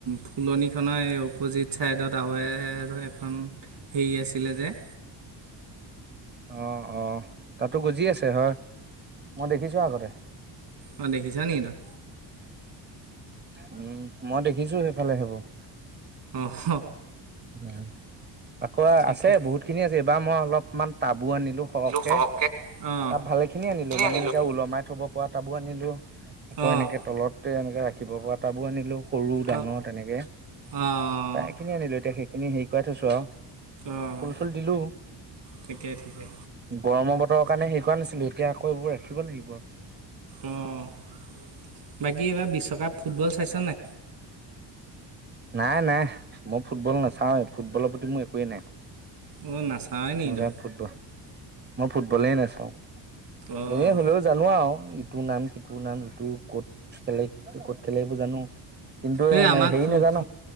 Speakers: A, on the right; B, on the right.
A: ফুলনিখনৰ এই অপজিত। ছাইডত আৰু এ এখন হেৰি আছিলে যে
B: অ অ তাতো গজি আছে হয়, মই দেখিছো আগতে।
A: অ দেখিছা নি তই?
B: উম মই দেখিছো সেইফালে সেইবোৰ।
A: অ হ
B: উম আকৌ
A: ঠিকেই
B: আছে বহুতখিনি আজি এইবাৰ মই অলপমান টাবো আনিলো। সহকে
A: লো সৰহকে অঁ
B: টাব ভালেখিনি আনিলো
A: কিনি
B: মানে
A: আনিলোঁ
B: এনেকে কে ওলমাই থব পৰা টাবো আনিলো আকৌ
A: অঁ
B: এনেকে তলতে এনেকে ৰাখিব পৰা টাবো আনিলো। সৰু ডাঙৰ
A: অঁ
B: তেনেকে
A: অঁ
B: প্ৰায়খিনি আনিলো এতিয়া সেইখিনি হেৰি কৰাই থৈছো আও।
A: অঁ
B: ফুল চুল দিলো
A: ঠিকে ঠিকে
B: গৰমৰ বতৰৰ কাৰণে হেৰি কৰা নাছিলো এতিয়া আকৌ এইবোৰ ৰাখিব লাগিব।
A: অ বাকী এইবাৰ বিশ্বকাপ ফুটবল চাইছ নাই
B: নাই নাই মই ফুটবল নাচাওৱেই ফুটবলৰ প্ৰতি মোৰ একোৱে নাই।
A: অঁ নাচাওৱে নি
B: মজা
A: তই
B: ফুটবল মই ফুটবলে নাচাও
A: অঁ
B: এনে হলেও জানো আও ইটোৰ নাম সিটোৰ নাম ইটো ক'ত খেলে সিটো ক'ত খেলে এইবোৰ জানো। কিন্তু
A: এই আমাক
B: হেৰি
A: খু
B: নাজানো
A: খ